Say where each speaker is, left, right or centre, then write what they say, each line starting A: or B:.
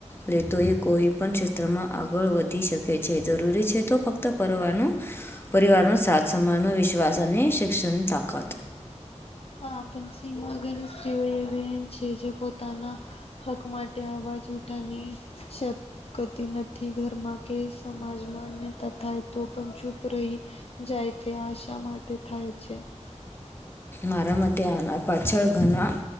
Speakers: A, on the left (about 20°); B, on the left (about 55°).
A: લેતોએ કોઈ પણ ક્ષેત્રમાં આગળ વધી ધી શકે છે. જરૂરી છે તો ફક્ત પરવાનો પરિવારનો સાથ સમાન વિષ વિશ્વાસને શિક્ષણ તાકત.
B: હા પણસીમાં ગણેશજીઓ એન છે જે પોતાનાં હક માટે અવાજ ઉઠાની સ ગતી નથી ઘરમાં કે સમાજમાં અન્યતા થાય તો પણ ચૂપ રહી જાય ત્યાં શા માટે થાય છે?
A: મારાં માટે આના પાછળ ઘણાં